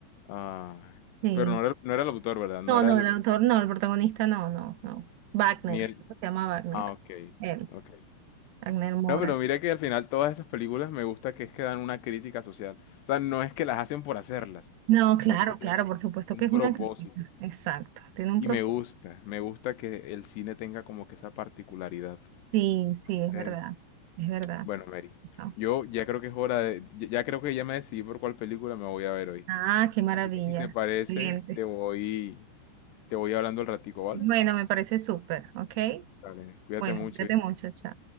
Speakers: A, on the left (about 75°); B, on the right (about 75°).
A: ah
B: Sí.
A: pero no era, no era el autor, ¿verdad? No
B: No,
A: era
B: no,
A: el...
B: el autor no, el protagonista no, no, no. Wagner,
A: Ni el...
B: creo que se llama Wagner.
A: Ah, ok,
B: Él,
A: ok.
B: Wagner Mora.
A: No, pero mira que al final todas esas películas me gusta que es que dan una crítica social. O sea, no es que las hacen por hacerlas,
B: No, claro,
A: sino que tienen
B: claro,
A: un,
B: por supuesto
A: un
B: que es
A: propósito.
B: una crítica. Exacto, tiene un
A: Y
B: propósito.
A: me gusta, me gusta que el cine tenga como que esa particularidad.
B: Sí, sí,
A: Entonces,
B: es verdad, es verdad.
A: bueno, Mary,
B: Eso.
A: yo ya creo que es hora de, ya ya creo que ya me decidí por cuál película me voy a ver, ¿oíste?
B: Ah, qué maravilla.
A: Así que si te parece,
B: Excelente.
A: te voy, te voy hablando el ratico, ¿vale?
B: Bueno, me parece súper, ¿ok?
A: Dale, cuídate
B: Bueno,
A: mucho,
B: cuídate
A: ¿eh?
B: mucho, chao.